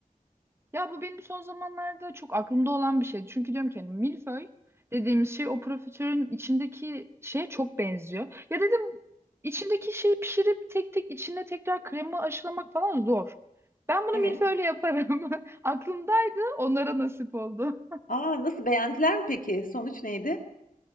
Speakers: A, on the right; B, on the left.
A: Ya bu benim son zamanlarda çok aklımda olan bir şeydi. Çünkü diyorum ki hani milföy dediğimiz şey o profiterolün içindeki şeye çok benziyor. Ya dedim içindeki şeyi pişirip tek tek içine tekrar kremi aşılamak falan zor. Ben bunu
B: Evet.
A: milföyle yaparım. <laughs> Aklımdaydı, onlara nasip oldu.
B: Aa, nasıl beğendiler mi peki? Sonuç neydi?